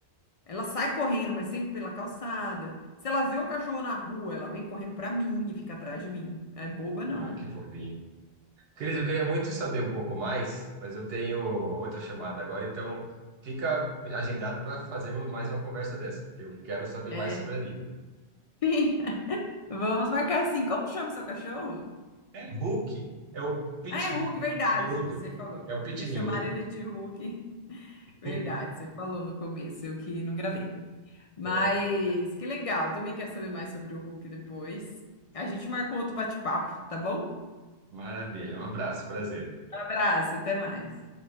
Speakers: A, on the left; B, on the right.
A: ela sai correndo, mas sempre pela calçada. Se ela vê um cachorro na rua, ela vem correndo pra mim e fica atrás de mim. É boba, não,
B: ah,
A: né?
B: que fofinho. Cris, eu queria muito saber um pouco mais, mas eu tenho outra chamada agora, então fica agendado para fazermos mais uma conversa dessa, porque eu quero saber
A: É.
B: mais sobre a Lina.
A: Sim. <laughs> Vamos marcar assim. Como chama seu cachorro?
B: É Hulk, é o Pit
A: Ah, é Hulk, verdade.
B: Miúdo,
A: Você falou.
B: é o Pit
A: Vocês
B: Miúdo.
A: chamaram ele de Hulk.
B: <laughs>
A: Verdade, você falou no começo, eu que não gravei. Mas
B: É.
A: que legal, também quero saber mais sobre o Hulk depois. A gente marca um outro bate-papo, tá bom?
B: Maravilha, um abraço, prazer.
A: Um abraço, até mais.